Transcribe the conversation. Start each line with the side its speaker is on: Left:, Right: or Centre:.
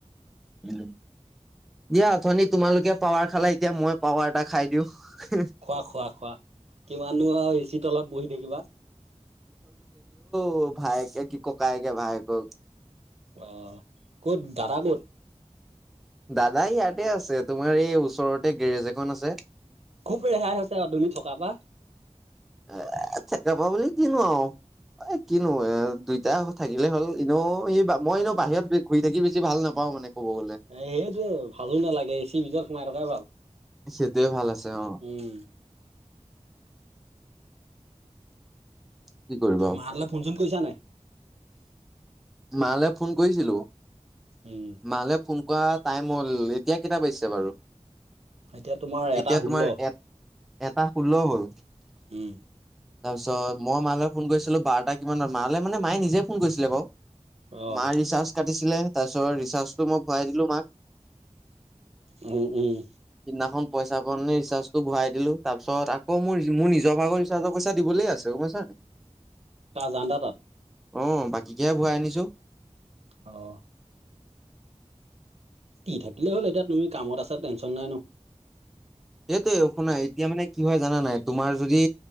Centre: উম দিয়া অথনি তোমালোকে পাৱাৰ খালা এতিয়া মই পাৱাৰ এটা খাই দিওঁ।
Right: খোৱা খোৱা খোৱা কিমান আৰু তলত বহি থাকিবা।
Centre: তোৰ ভাইকে কি ককাইকে ভাইেকক।
Right: অ ক'ত দাদা ক'ত,
Centre: দাদা ইয়াতে আছে। তোমাৰ এই ওচৰতে গেৰেজ এখন আছে।
Right: খুব ৰেহাই হৈছে তুমি থকা পা-
Centre: এ আচ্ছা ‌যাবা বুলি কিনো আৰু এ কিনো এ দুইটা থাকিলে হ'ল এনেও সি মই এনেো বাহিৰত ঘূৰি থাকি বেছি ভাল নাপাও মানে। ক'ব গ'লে
Right: এ সেইটোয়ে ভালো নালাগে এচিৰ ভিতৰত সোমাই থকাই ভাল।
Centre: সেইটোয়ে ভাল আছে অ
Right: উম,
Centre: কি কৰিবা আও
Right: মা হতলে ফোন চোন কৰিছা নাই।
Centre: মালে ফোন কৰিছিলো
Right: উম,
Centre: মালে ফোন। এনে কোৱা টাইম হ'ল এতিয়া কেইটা বাজিছে বাৰু।
Right: এতিয়া তোমাৰ
Centre: এতিয়া
Right: এটা ষোল্ল।
Centre: তোমাৰ এ এটা ষোল্ল হ'ল।
Right: উম।
Centre: তাৰপিছত মই মালৈ ফোন কৰিছিলো বাৰটা কিমানত মালৈ মানে মায়ে নিজে ফোন কৰিছিলে বাৰু।
Right: অ',
Centre: মাৰ ৰিচাৰ্জ কাটিছিলে তাৰপিছত ৰিচাৰ্জটো মই ভৰাই দিলোঁ মাক।
Right: উম উঁম।
Centre: সেদিনাখন পইচা পাওঁতে ৰিচাৰ্জটো ভৰাই দিলো তাৰপিছত আকৌ মোৰ মোৰ নিজৰ ভাগৰ ৰিচাৰ্জৰ পইচা দিবলে আছে। ত পাইছ নাই।
Right: তা জানদা তাত।
Centre: অ বাকীকেহে ভৰাই আনিছো।
Right: অহ। দি থাকিলেই হ'ল এতিয়া তুমি কামত আছা টেনচন নাই ন।
Centre: এইটোয়ে শুনা এতিয়া মানে কি হয় জানা নাই তোমাৰ যদি